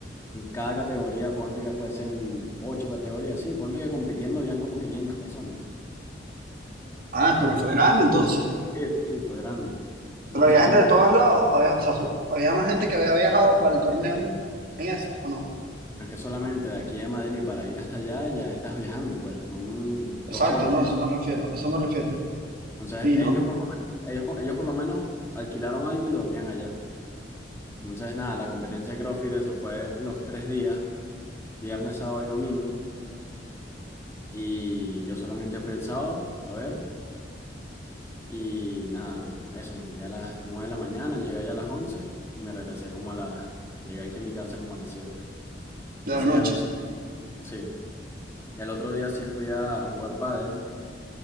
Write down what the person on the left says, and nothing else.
En cada categoría, ponte que fuesen 8 categorías, sí, ponte que compitiendo habían como 500 personas.
Sí, sí, fue grande. Entonces,
como,
no es que solamente de aquí de Madrid para ir hasta allá, ya estás viajando, pues, son dos
horas.
Entonces,
ellos
por lo menos, ellos, ellos por lo menos alquilaron algo y dormían allá. Entonces, nada, la competencia de CrossFit, eso fue los tres días, viernes, sábado y domingo. Y yo solamente fui el sábado a ver. Y nada, eso, me fui a las 9 de la mañana, llegué allá a las 11 y me regresé como a las... Llegué aquí a mi casa como a las siete
Y ese
día no hice... Sí. Y al otro día sí fui a jugar pádel.